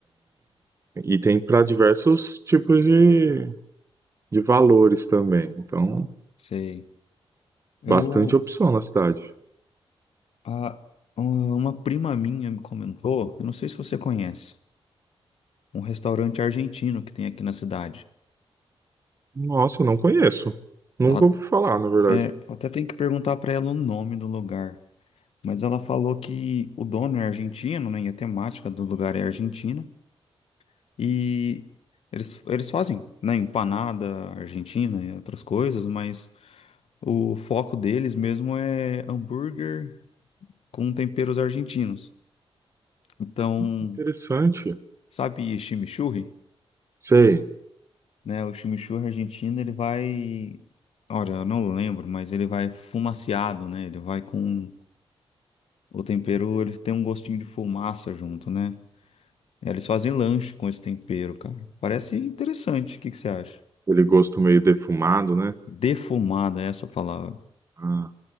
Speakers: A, on the right (about 30°); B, on the left (about 80°).
A: E tem para diversos tipos de, de valores também. Então,
B: Sei. Eu.
A: bastante opção na cidade.
B: A, um, uma prima minha me comentou, eu não sei se você conhece, um restaurante argentino que tem aqui na cidade.
A: Nossa, não conheço. Nunca
B: Ela.
A: ouvi falar, na verdade.
B: É, eu até tenho que perguntar pra ela o nome do lugar. Mas ela falou que o dono é argentino, né? E a temática do lugar é argentina. E eles, eles fazem, né? Empanada argentina e outras coisas, mas. O foco deles mesmo é hambúrguer com temperos argentinos. Então,
A: Interessante.
B: sabe chimichurri,
A: Sei,
B: né? O chimichurri argentino, ele vai, olha, eu não lembro, mas ele vai fumaciado, né? Ele vai com o tempero, ele tem um gostinho de fumaça junto, né? É, Eles fazem lanche com esse tempero, cara. Parece interessante. O que que você acha?
A: aquele gosto meio defumado, né?
B: Defumada é essa palavra.
A: Ah,